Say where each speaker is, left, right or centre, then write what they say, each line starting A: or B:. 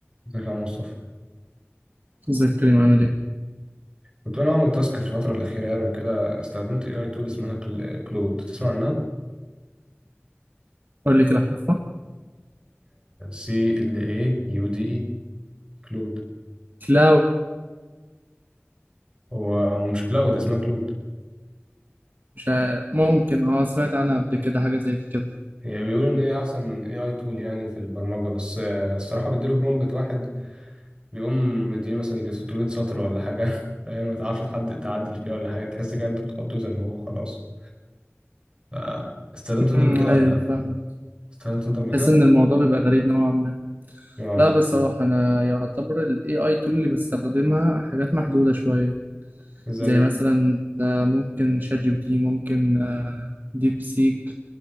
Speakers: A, on the right (about 20°); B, on the right (about 45°).
A: ازيك يا عم مصطفى
B: زي الكريم عامل ايه
A: كنت انا عامل تاسك في الفتره الاخيره يعني وكده استخدمت اي اي تول اسمها كل- كلود تسمع عنها
B: قول لي كده حفرة
A: سي ال اي يو دي اي كلود
B: لا
A: هو هو مش كلاود اسمها كلود
B: مش عارف. ممكن اه سمعت عنها قبل كده حاجة زي كده
A: هي بيقولوا ان هي احسن اي اي تول يعني في البرمجه بس آه، الصراحه بديله برومبت واحد بيقوم مديني مثلا يجي 600 سطر ولا حاجه <laughs> فاهم ما تعرفش تحد تعدل فيه ولا حاجه تحس كده انت بتحطه زي ما هو خلاص ف- استخدمته انت
B: امم
A: قبل كده ولا
B: ايوه فاهم
A: استخدمته انت قبل
B: بحس
A: كده
B: ان الموضوع بيبقى غريب نوعا ما
A: اه
B: لا بصراحة انا يعتبر ال AI tool اللي بستخدمها حاجات محدودة شوية
A: ازاي
B: زي مثلا آه، ممكن شات جي بي تي ممكن آه، ديب سيك